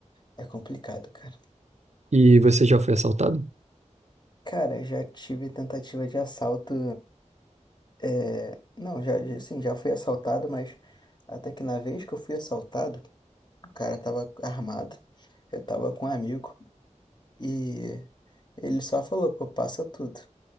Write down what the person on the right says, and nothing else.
E você já foi assaltado?